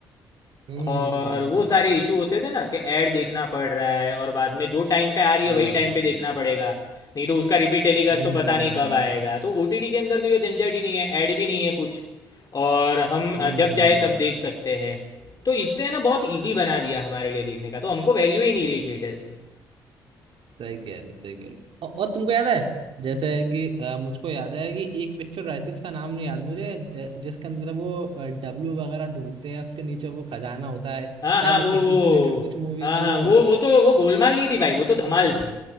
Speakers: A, on the right; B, on the left.
A: हम्म
B: और
A: हम्म हम्म, हम्म।
B: वो सारे इशू होते थे ना कि ऐड देखना पड़ रहा है और बाद में जो टाइम पे आ रही है
A: हाँ
B: वही टाइम
A: हाँ
B: पे देखना
A: हाँ
B: पड़ेगा नहीं तो उसका रिपीट टेलीकास्ट
A: हम्म
B: तो पता
A: हम्म
B: नहीं
A: हम्म
B: कब
A: हम्म,
B: आएगा तो ओटीटी के अंदर तो ये झंझट ही नहीं है ऐड भी नहीं है कुछ और हम अ,
A: हम्म,
B: जब
A: हम्म,
B: चाहे
A: हम्म, हम्म।
B: तब देख सकते हैं तो इसने ना बहुत इजी बना दिया हमारे लिए देखने का तो हमको वैल्यू ही नहीं रही थिएटर की
A: सही कह रहे हो सही कह रहे हो और, और तुमको याद है जैसे कि अ, मुझको याद है कि एक पिक्चर आई थी उसका नाम नहीं याद मुझे अ, जिसके अंदर वो डब्लू वगैरह ढूंढते हैं उसके नीचे वो खजाना होता है
B: हाँ
A: शायद
B: हाँ वो
A: इसी
B: वो
A: से रिलेटेड कुछ मूवी
B: हाँ
A: थी
B: हाँ
A: वो
B: वो वो तो वो गोलमाल नहीं थी भाई वो तो धमाल थी